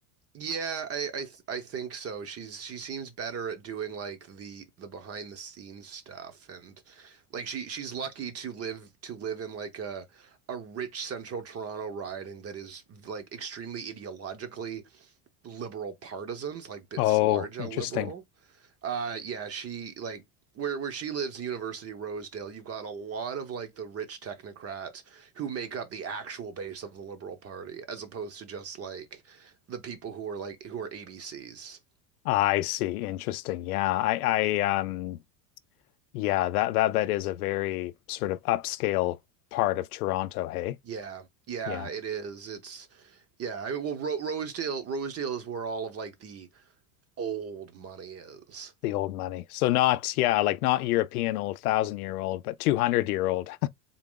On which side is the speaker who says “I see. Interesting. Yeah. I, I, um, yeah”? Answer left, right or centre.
Left